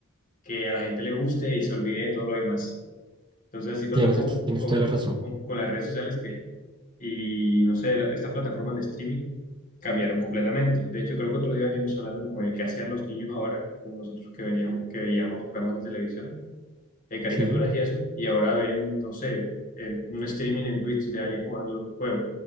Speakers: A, on the left; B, on the right.
A: que a la gente le guste y se olvide de todo lo demás. Entonces así pasó
B: tienes,
A: con,
B: tienes
A: con,
B: toda la razón.
A: como con- con las redes sociales que, y no sé, la- estas plataformas de streaming cambiaron completamente. De hecho, creo que otro día veníamos hablando como de qué hacían los niños ahora, como nosotros que veníamos, que veíamos programas de televisión, de caricaturas
B: Sí,
A: y eso, y ahora ven, no sé, en un streaming en Twitch de alguien jugando algún juego,